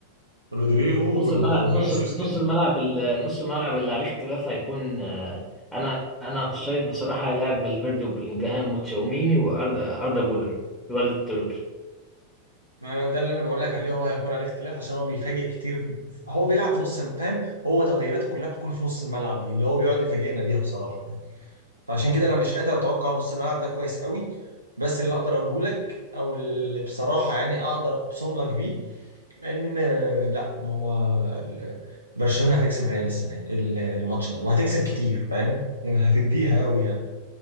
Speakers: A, on the right; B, in the centre.
A: رودريغو
B: نص
A: وال-
B: الملعب
A: وفينيسيوس
B: نص
A: كده
B: نص الملعب
A: كده.
B: ال- نص الملعب اللي عليه اختلاف هيكون آه، انا انا شايف بصراحه هيلاعب فالفيردي وبلينجهام وتشاوميني واردا اردا جولر الواد التركي
A: ما أنا ده اللي انا بقول لك عليه هو هيكون عليه اختلاف عشان هو بيفاجئ كتير في- هو بيلعب في نص الم- فاهم هو تغييراته كلها بتكون في نص الملعب دي اللي هو بيقعد يفاجئنا بيها بصراحه يعني فعشان كده انا مش قادر اتوقع نص الملعب ده كويس قوي بس اللي اقدر اقوله لك او اللي بصراحه يعني اقدر ابصم لك بيه ان آه، لا ما هو ال- برشلونه هتكسب الريال السنه دي، ال- الماتش ده وهتكسب كتير فاهم يعني هتديها قوي يعني